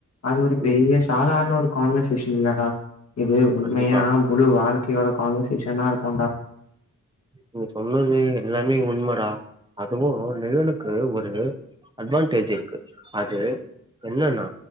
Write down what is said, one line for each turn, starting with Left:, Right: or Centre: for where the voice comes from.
Left: அது ஒரு
Right: ம்
Left: பெரிய சாதாரண ஒரு கான்வர்சேஷன் என்னடா இது உண்மையா
Right: கண்டிப்பா
Left: முழு வாழ்க் இன்னியோட கான்வர்சேஷனா இருக்குடா
Right: நீங்க சொன்னது எல்லாமே உண்மைடா அதுவு நிலழுக்கு ஒரு அட்வான்டேஜ் இருக்கு அது என்னன்னா